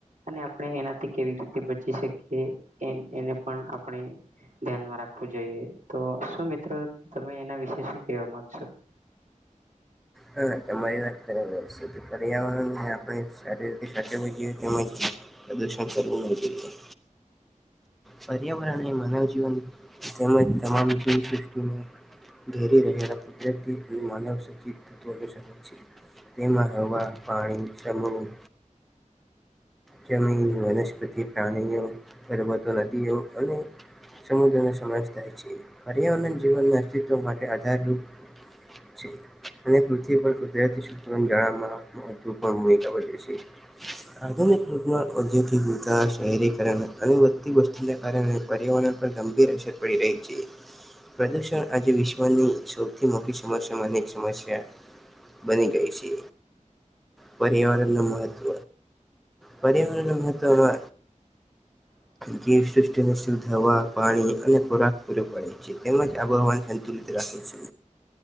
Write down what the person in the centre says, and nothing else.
હા, તમારી વાત કેર છે પર્યાવરણ‌. શારીર શાખ પજી કે, પ્રદૂષણ કરું ના. પર્યાવરણ એ માનવજીવન તેમજ તમામ દી દૃ્ટિને. ધરી રહેલા કુદ્યર્થી કો માનવ સચિત શક છે. તેમાં હવા, પાણી, શમું. જમીન, વનસ્પતિ, પ્રાણીઓ, ગર્વતો નદીઓ અને સમુદ્ર નો સમાવેશ થાય છે પર્યાવરણ જીવનને અસ્તિત્વ માટે આધારરૂપ <unintelligible> અને પૃથ્વી પર કુદરતી સત્ર જાવામાં મહત્વપૂણ ભૂમિકા ભજવે છે. યોગના ઔદ્યોગિકતા શહેરીકરણ અને વધતી વસ્તુને કારણે પર્યાવરણ પર ગંભીર અસર બડી રહી છે. પ્રદૂષણ આજે વિશ્વની સૌથી મોટી સમસ્યામાં એક સમસ્યા બની ગઈ છે પર્યાવરણ ન મહત્વ પર્યાવરણ મહત્વ
જીવસૃષ્ટિને શુદ્ધ હવા પાણી અને ખોરાક પૂરો પાડે છે, તેમજ આબોહવાને સંતુલિત અ રાખે છે.